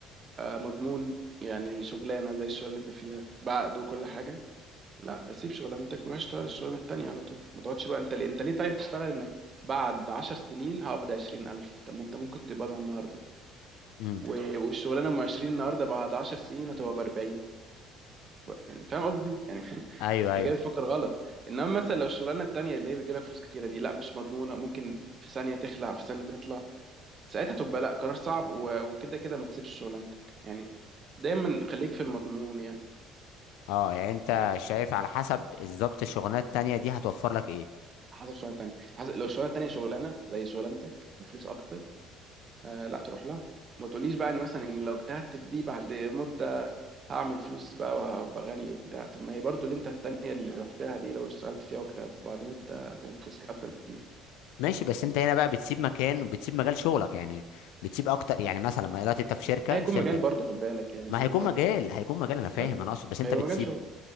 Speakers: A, on the right (about 35°); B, on the left (about 80°).
A: آه، مضمون يعني شغلانه زي الشغل اللي انت فيها بعقد وكل حاجه لا سيب شغلانتك وروح اشتغل الشغلانه التانيه على طول ما تقعدش بقى انت ليه انت ليه طيب تشتغل انك بعد عشر سنين هقبض عشرين الف طب ما انت ممكن تقبضها النهارده
B: امم
A: و- والشغلانه ام عشرين النهارده بعد عشر سنين هتبقى باربعين يعني فاهم قصدي يعني <laughs>
B: ايوه
A: انت
B: ايوه
A: كده بتفكر غلط انما مثلا لو الشغلانه التانيه اللي هي بيجيلك فلوس كتيره دي لا مش مضمونه ممكن في ثانيه تخلع في ثانيه تطلع ساعتها تبقى لا قرار صعب و- وكده كده ما تسيبش شغلانتك يعني دايما خليك في المضمون
B: اه يعني انت
A: يعني
B: شايف على حسب بالظبط الشغلانه التانيه دي هتوفر لك ايه
A: حسب شغلانه تانية حسب لو الشغلانه التانية شغلانه زي شغلانتك بفلوس اكتر آه لا تروح لها ما تقوليش بقى ان مثلا إن لو اجتهدت في دي بعد مده هعمل فلوس بقى وهبقى غني وبتاع طب ما هي برضو اللي انت التانية اللي رحتها دي لو اشتغلت فيها واجتهدت بعد مده هتعمل فلوس اكتر بكتير
B: ماشي بس انت هنا بقى بتسيب مكان وبتسيب مجال شغلك يعني بتسيب اكتر يعني مثلا ما دلوقتي انت في شركه
A: لا هيكون
B: شركه
A: مجال برضو خد بالك يعني
B: ما
A: فاهمك
B: هيكون
A: قصدي
B: مجال هيكون مجال انا فاهم
A: طيب
B: انا اقصد بس انت
A: هيبقى
B: بتسيب
A: مجال شغل